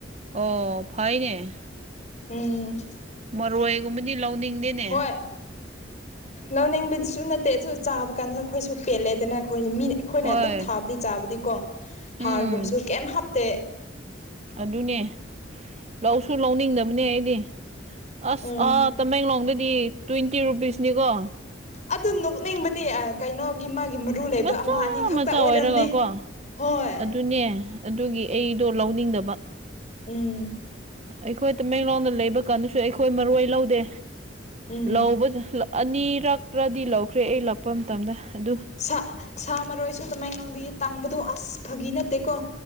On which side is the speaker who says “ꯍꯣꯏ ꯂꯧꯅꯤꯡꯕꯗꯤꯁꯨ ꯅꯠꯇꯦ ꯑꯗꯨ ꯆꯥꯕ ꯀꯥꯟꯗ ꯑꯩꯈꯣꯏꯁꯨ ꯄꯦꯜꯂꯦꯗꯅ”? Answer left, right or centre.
Left